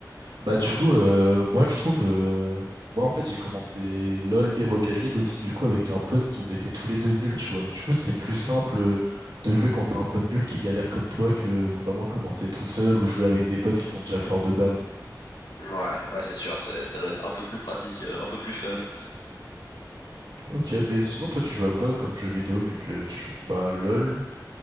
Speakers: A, on the right; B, on the left.
A: Bah du coup, euh, moi je trouve, euh, moi en fait j'ai commencé LOL et Rocket League aussi du coup avec un pote, on était tous les deux nuls, tu vois. Du coup c'était plus simple euh, de jouer quand t'as un pote nul qui galère comme toi que que vraiment commencer tout seul ou jouer avec des potes qui sont déjà forts de base.
B: Ouais, ouais, c'est sûr, c'est, ça doit être un peu plus pratique, euh, un peu plus fun.
A: Ok, mais sinon toi tu joues à quoi comme jeu vidéo vu que tu joues pas à LOL?